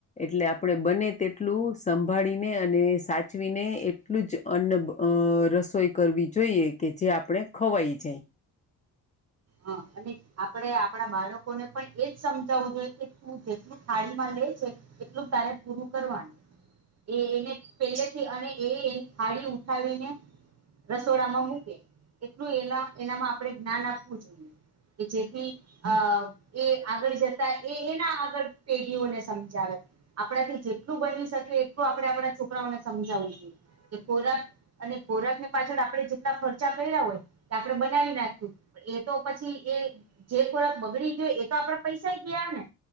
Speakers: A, on the left (about 20°); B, on the right (about 45°).
A: એટલે આપણે બને તેટલું સંભાળીને અને સાચવીને એટલું જ અન્ન અ રસોઈ કરવી જોઈએ કે જે આપણે ખવાઈ જાય
B: હ અને આપડે આપણા બાળકોને પણ એજ સમજાવું જોઈએ કે તું જેટલું થાળીમાં લે છે એટલું ક્યારે પૂરું કરવાનું એ એને પેલેથી અને એ થાળી ઉઠાવીને રસોડામાં મૂકે એટલું એ એનામાં આપણે જ્ઞાન આપવું જોઈએ કે જેેથી અ એ આગળ જતા એ એના આગળ પેઢીઓને સમજાવે આપણાથી જેટલું બની શકે એટલું આપડે આપણા છોકરાઓને સમજાવું છું કે ખોરાક અને ખોરાક ને પાછળ આપડણે જેટલા ખર્ચા પે હોય આપણે બનાવી નાખ્યું એ તો પછી એ જે ખોરાક બગડી ગયો એ તો આપડે પૈસા ગયા ને